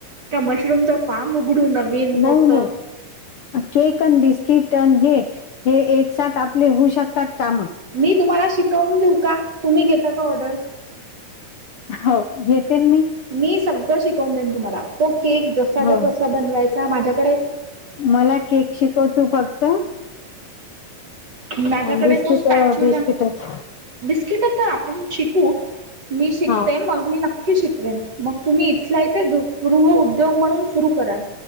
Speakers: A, on the right; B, on the left.
A: का मशरूमचं फार्म उघडून नवीन मोठं.
B: नाही नाही केक अन बिस्किट अन हे हे एक साथ आपले होऊ शकतात कामं.
A: मी तुम्हाला शिकवून देऊ का? तुम्ही घेता का ऑर्डर?
B: हो घेतेन मी.
A: मी सगळं शिकवून देन. तुम्हाला तो केक जसाचा
B: हो
A: तसा बनवायचा माझ्याकडे
B: मला केक शिकव तू फक्त
A: माझ्याकडे
B: अन बिस्किट
A: तो स्पॅच्यूला
B: बिस्किटच
A: बिस्किटं ता आपण शिकू मी शिकते
B: हो
A: मग मी नक् नक्की शिकवेन. मग तुम्ही इथल्या इथे गृह उद्योग म्हणून सुरू कराल.